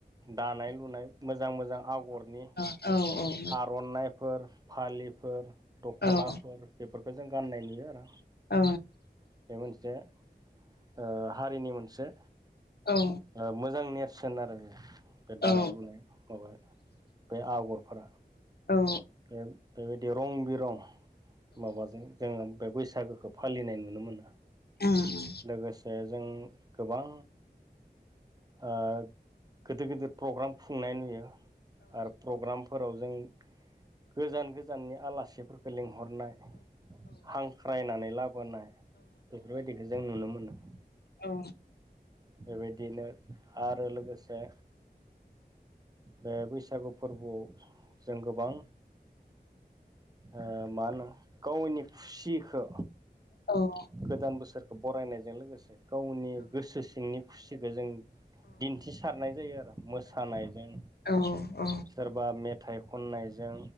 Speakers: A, on the right (about 25°); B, on the left (about 75°).
A: दानाय लुनाय मोजां मोजां आगरनि
B: औ अ
A: आर'नाइफोर, फालिफोर, दख'नाफोर
B: औ
A: बेफोरखौ जों गाननाय नुयो आरो
B: अ
A: बे मोनसे ओ हारिनि मोनसे
B: औ
A: ओ मोजां नेरसोन आरो बे दानाय
B: औ
A: लुनाय माबा बे आगरफोरा
B: औ अ
A: बे बेबायदि रं बिरं माबाजों जोङो बे बैसागोखौ फालिनाय नुनो मोनो।
B: ओ ओ
A: लोगोसे जों गोबां ओ गोदोद गोदोद प्रग्राम खुंनाय नुयो आरो प्रग्रामफोराव जों गोजान गोजाननि आलासिफोरखौ लिंहरनाय हांख्रायनानै लाबोनाय बेफोरबायदिखौ जों नुनो मोनो
B: औ
A: बेबायदिनो आरो लोगोसे बे बैसागु फोर्बोआव जों गोबां ओ माहोनो गावनि खुसिखो
B: औ
A: गोदान बोसोरखो बरायनायजों लोगोसे गावनि गोसो सिंनि खुसिखो जों दिन्थिसारनाय जायो आरो मोसानायजों
B: औ औ अ
A: सोरबा मेथाइ खननायजों